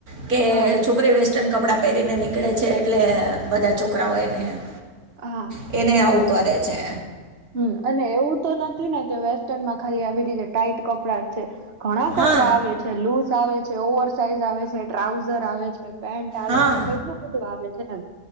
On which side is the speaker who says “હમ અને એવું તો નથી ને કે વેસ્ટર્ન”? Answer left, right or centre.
Right